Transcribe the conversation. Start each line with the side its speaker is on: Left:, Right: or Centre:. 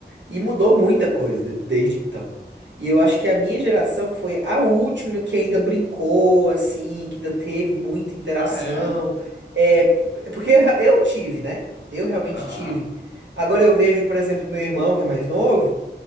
Right: E mudou muita coisa de- desde então. E eu acho que a minha geração foi a última que ainda brincou, assim, que ainda teve muita interação.
Left: Ah, é?
Right: É, é porque eu tive, né? Eu realmente
Left: Aham.
Right: tive. Agora eu vejo, por exemplo, meu irmão, que é mais novo.